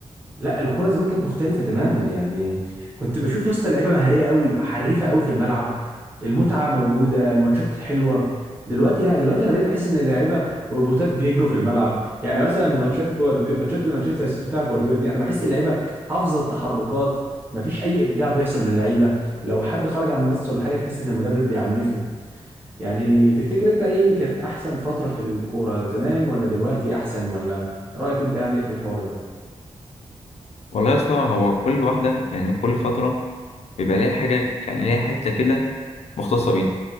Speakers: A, on the right; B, on the left.
A: لا الكرة زمان كانت مختلفة تماما يعني كنت بشوف يا اسطى لعيبة مهارية قوي حريفة قوي في الملعب المتعة موجودة الماتشات حلوة دلوقتي لا دلوقتي انا بقيت بحس ان اللعيبة روبوتات بيجروا في الملعب يعني مثلا ماتشات جوارديولا ماتشات مانشستر سيتي بتاع جوارديولا دي انا بحس اللعيبة حافظة التحركات مفيش اي ابداع بيحصل من اللعيبة لو حد خرج عن النص ولا حاجة تحس ان المدرب بيعنفه يعني تفتكر انت ايه كانت احسن فترة في الكورة زمان ولا دلوقتي احسن ولا رأيك انت يعني ايه في الحوار ده
B: والله يا اسطى هو كل واحدة يعني كل فترة بيبقى ليها حاجة يعني ليها حتة كده مختصة بيها